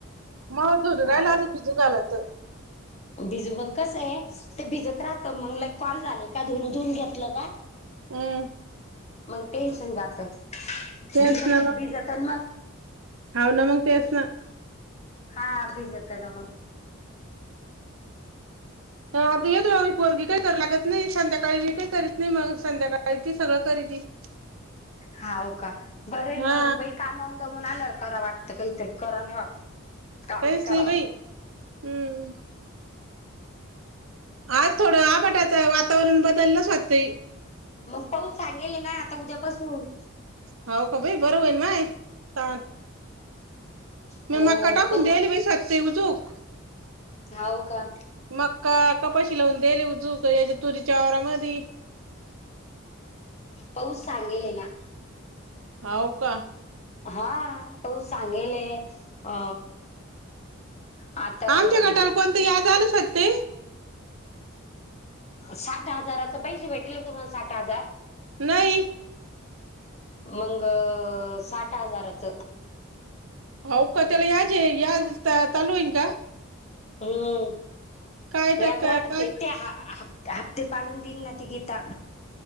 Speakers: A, on the right; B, on the left.
A: मग <unintelligible>
B: आता
A: भिजू घालायचं
B: भिजू मग कसं आहे ते भिजत राहत मग कॉल झाले का धुन धुून घेतलं का
A: हम
B: मग टेन्शन जात.
A: तेच
B: भिजत
A: ना,
B: भिजत मग
A: हाव ना मग तेच ना
B: हा भिजत ना मग
A: आता येती पोरगी काही करू लागत नाही संध्याकाळी मी काही करीत नाही मग संध्याकाळी ती सगळं करीती.
B: हाव का बरे
A: हा
B: मग बाई कामाहून दमून आल्यावर करा वाटतं काहीतरी करा नाही वाटत काम
A: काहीच
B: करा
A: नाही बाई, हम्म आज थोडं आबाटाचं वातावरण बदललंच होती.
B: मग पाऊस सांगेले ना आता उद्यापासून.
A: हो का बाई बरं होईन माय तान
B: अ
A: मग माका टाकून
B: पाऊ
A: द्यायले बाई सते उजूक
B: हाव का
A: मक्का कपाशी लावून दिले उजुक कयाच्या तुरीच्या आवरामधी
B: पाऊस सांगेले ना.
A: हाव का.
B: हा त सांगेले अ आता
A: आमच्या
B: अं
A: गटाला कोणतं याद आलं सत ते
B: साठ हजाराचे पैसे भेटेल तुम्हाला साठ हजार
A: नाही.
B: मग साठ हजाराचं.
A: हो का त्याला याज या तलवईन का.
B: हम्म
A: काय टाक
B: व्याजराात
A: काय
B: ते ते ह. हप्ते पाळून देईन ना त घेता.